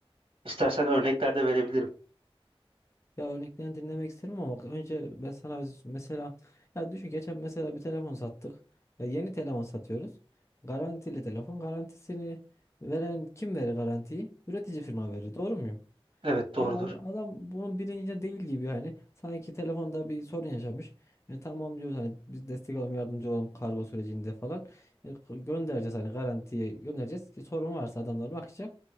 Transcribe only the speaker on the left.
Ya örneklerini dinlemek isterim ama bak önce ben sana öz- mesela ya düşün geçen mesela bir telefon sattık. Ya yeni telefon satıyoruz. Garantili telefon. Garantisini veren kim verir garantiyi? Üretici firma verir. Doğru muyum?
Ya ad- adam bunun bilincinde değil gibi hani sanki telefonda bir sorun yaşamış. E, tamam diyoruz hani biz destek olalım yardımcı olalım kargo sürecinde falan. E, k- göndereceğiz hani garantiye göndereceğiz ki sorun varsa adamlar bakacak